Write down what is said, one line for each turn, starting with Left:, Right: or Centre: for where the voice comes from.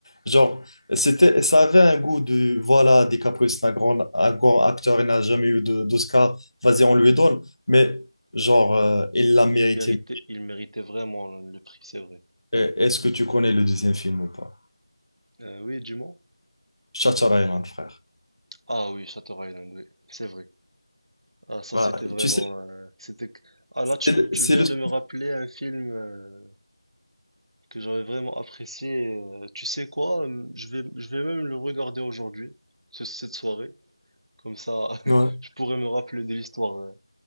Left: Genre, c'était, ça avait un goût de, voilà, DiCaprio, c'est un grand, un grand acteur, il n'a jamais eu de- d'Oscar, vas-y, on lui donne, mais genre, euh, il l'a mérité.
Right: Mais il méritait, il méritait vraiment le le prix, c'est vrai.
Left: Eh, Est-ce que tu connais le deuxième film ou pas?
Right: Euh, oui, dis-moi.
Left: Shutter Island, frère.
Right: Ah oui, Shutter Island, oui, c'est vrai. Ah, ça,
Left: Bah,
Right: c'était vraiment.
Left: tu sais,
Right: euh, c'était... que- Ah, là, tu,
Left: c'est
Right: m-
Left: le
Right: tu
Left: c'est
Right: viens
Left: le
Right: de
Left: seul
Right: me rappeler un film euh, que j'avais vraiment apprécié. euh, tu sais quoi? hum, Je vais, je vais même le regarder aujourd'hui, ce- cette soirée. Comme ça, <laughs>
Left: Ouais.
Right: je pourrais me rappeler de l'histoire. euh.